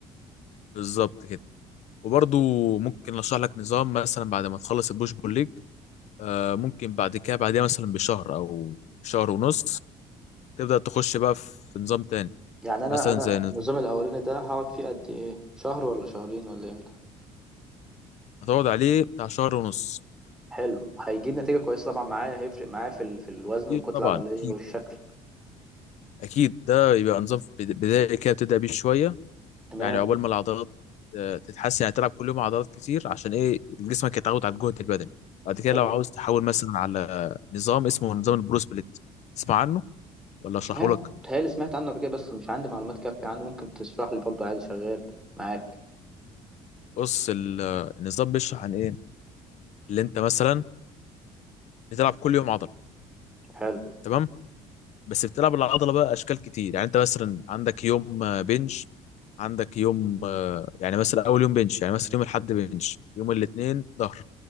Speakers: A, on the left (about 60°); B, in the centre.
A: بالظبط كده وبرضو ممكن أشرح لك نظام مثلا بعد ما تخلص البوش بول ليج آه ممكن بعد كده بعدها مثلا بشهر أو شهر ونص تبدأ تخش بقى في نظام تاني
B: يعني أنا
A: مثلا
B: أنا
A: زي نظام
B: النظام الأولاني ده هقعد فيه قد إيه شهر ولا شهرين ولا إمتى
A: هتقعد عليه بتاع شهر ونص
B: حلو هيجيب نتيجة كويسة طبعا معايا هيفرق معايا في ال... في الوزن
A: أكيد
B: والكتلة
A: طبعا
B: العضلية
A: أكيد
B: والشكل
A: أكيد ده يبقى نظام بد- بدائي كده بتبدأ بيه شوية
B: تمام
A: يعني عقبال ما العضلات آه، تتحسن يعني تلعب كل يوم عضلات كتير عشان ايه جسمك يتعود على الجهد البدني بعد كده
B: حلو
A: لو عاوز تحول مثلا على نظام اسمه نظام البرو سبليت تسمع عنه ولا اشرحه
B: سمعت
A: لك
B: بتهيألي سمعت عنه قبل كده بس مش عندي معلومات كافية عنه ممكن تشرح لي برضه عادي شغال معاك
A: بص ال- آه، النظام بيشرح عن ايه اللي انت مثلا بتلعب كل يوم عضله
B: حلو
A: تمام بس بتلعب العضله بقى اشكال كتير يعني انت مثلا عندك يوم آه، بنش عندك يوم آه، يعني مثلا اول يوم بنش يعني مثلا يوم الاحد بنش يوم الاثنين ظهر